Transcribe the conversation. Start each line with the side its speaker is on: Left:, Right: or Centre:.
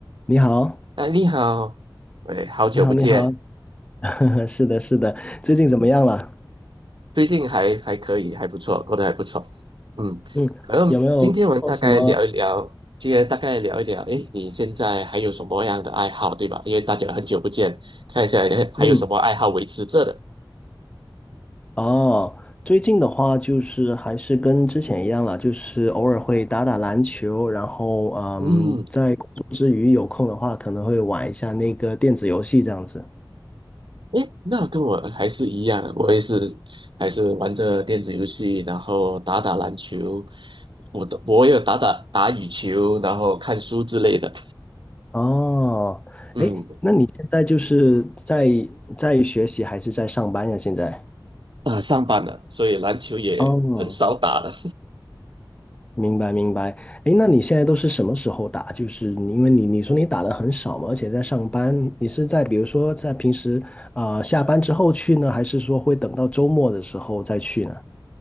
Left: 你好，
Right: 哎，你好，哎，好久不见，
Left: 你好，你好，<laughs> 是的，是的，最近怎么样了？
Right: 最近还还可以，还不错，过得还不错。嗯，
Left: 嗯，
Right: 可能今天我们大概聊一聊，
Left: 有没有做什么？
Right: 今天大概聊一聊，哎，你现在还有什么样的爱好，对吧？因为大家很久不见，看一下诶还有什么爱好维持着的。
Left: 嗯，哦，最近的话就是还是跟之前一样了，就是偶尔会打打篮球，然后嗯，
Right: 嗯，
Left: 在工作之余有空的话，可能会玩一下那个电子游戏这样子。
Right: 哎，那跟我还是一样，我也是还是玩着电子游戏，然后打打篮球，我的我也有打打打羽球，然后看书之类的。
Left: 哦，
Right: 嗯。
Left: 哎，那你现在就是在在学习还是在上班呀？现在？
Right: 啊，上班了，所以篮球也很少打了。
Left: 哦，明白明白，哎，那你现在都是什么时候打？就是你，因为你你说你打的很少嘛，而且在上班，你是在比如说在平时啊、下班之后去呢，还是说会等到周末的时候再去呢？